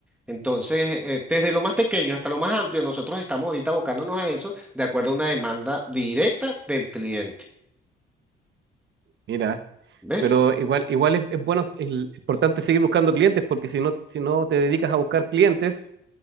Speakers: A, in the centre; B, on the right.
A: Entonces, eh, desde lo más pequeño hasta lo más amplio, nosotros estamos ahorita abocándonos a eso de acuerdo a una demanda directa del cliente.
B: Mira,
A: ¿Ves?
B: pero igual, igual es, es bueno, es importante seguir buscando clientes, porque si no, si no te dedicas a buscar clientes,